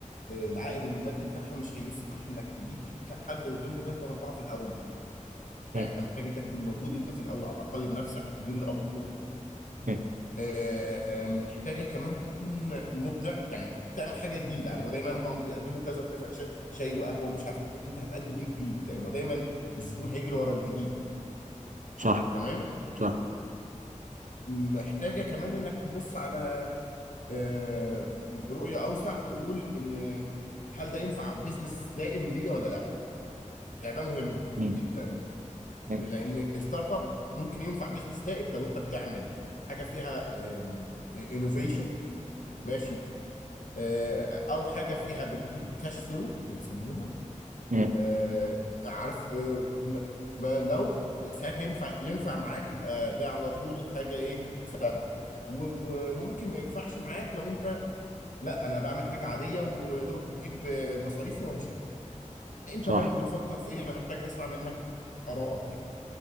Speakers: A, on the left; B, on the right.
A: آه، العائد المادي بتاعها مش هيسمح انك تجيب حد واثنين وثلاثه واربعه في الاول يعني
B: مم.
A: انت محتاج انت تكون موجود انت في الاول على الاقل بنفسك تدير الامر كله
B: مم.
A: آه، محتاجه كمان تكون مبدع يعني تعمل حاجه جديده يعني هو دايما هم بيقدموا كذا وكذا ش- شاي وقهوه ومش عارف إيه. طب انت هتقدم ايه جديد لانه دايما الزبون هيجري ورا الجديد
B: صح
A: تمام
B: صح
A: محتاجه كمان انك تبص على آه، ب- برؤيه اوسع تقول ان هل ده ينفع بزنس دائم ليا ولا لا يعني ده مهم
B: مم.
A: جدا
B: مم.
A: لان ستارت اب ممكن ينفع بزنس دائم لو انت بتعمل حاجه فيها انوفيشن ماشي آه، او حاجه فيها بتجيب كاش فلو زي ما بيسموها
B: مم.
A: آه، عارف آه، ما ما لو د- ساعتها ينفع ينفع معاك يبقى ده على طول حاجه ايه و- وممكن ما ينفعش معاك لو انت لا انا بعمل حاجه عاديه ويا دوبك بتجيب آه، مصاريفي وانا شاب انت
B: صح
A: برضو بتفكر في ايه انا محتاج اسمع منك ارائك يعني